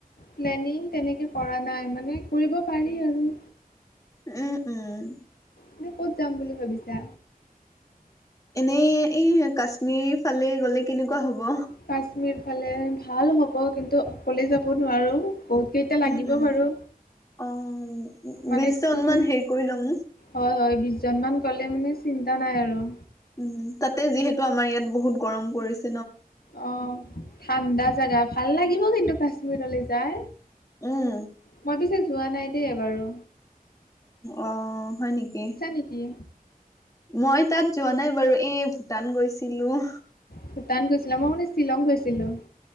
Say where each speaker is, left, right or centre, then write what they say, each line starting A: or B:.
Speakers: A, on the left; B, on the left.
A: প্লেনিং তেনেকৈ কৰা নাই। মানে কৰিব পাৰি আৰু
B: উম, উম।
A: এনেই ক'ত যাম বুলি ভাবিছা
B: এনেই এই কাশ্মীৰ ফালে গলে কেনেকুৱা হব
A: কাশ্মীৰ ফালে ভাল হ'ব কিন্তু অকলে যাব নোৱাৰো বহুত কেইটা লাগিব
B: উম, উম।
A: বাৰু।
B: অ'
A: মানে
B: বিশ জন
A: তোম
B: মান হেৰি কৰি ল'ম।
A: হয় হয় বিশ জন মান গলে মানে চিন্তা নাই আৰু
B: উম তাতে যিহেতু আমাৰ ইয়াত বহুত গৰম পৰিছ
A: অ ঠাণ্ডা জাগা ভাল লাগিব কিন্তু কাশ্মীৰলে যাই
B: উম,
A: মই পিছে যোৱা নাই দেই এবাৰো
B: অ হয় নেকি
A: নেকি
B: মই তাত যোৱা নাই বাৰু এই ভূটান গৈছিলো
A: ভূটান গৈছিলা মই মানে শ্বিলং গৈছিলো